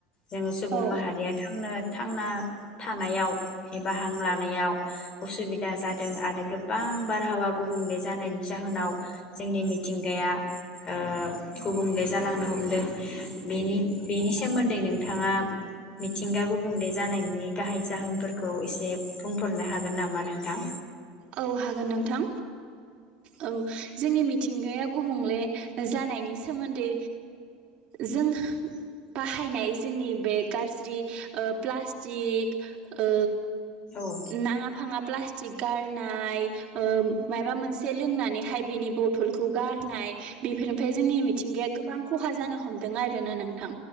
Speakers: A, on the left; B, on the right.
A: जोङो सुबुं
B: औ
A: माहारिया थांनो थांना थानायाव एबा हां लानायाव उसुबिदा जादों आरो गोबां बारहावा गुबुंले जानायनि जाहोनाव जोंनि मिथिंगाया ओ गुबुंले जालांनो हमदों। बेनि बेनि सोमोन्दै नोंथाङा मिथिंगा गुबुंले जानायनि गाहाय जाहोनफोरखौ एसे बुंफोरनो हागोन नामा नोंथां?
B: औ हागोन नोंथां। औ जोंनि मि थिंगाया गुबुंले जानायनि सोमोन्दै जों बाहायनाय जोंनि बे गाज्रि ओ प्लास्टि ओ
A: औ
B: नाङा फाङा प्लास्टिक गारना नाय ओ माइबा मोनसे लोंनानैहाय बेनि बथलखौ गारनाय बेफोरनिफ्राय जोंनि मिथिंगाया गोबां खहा जानो हमदों आरो ना नोंथां।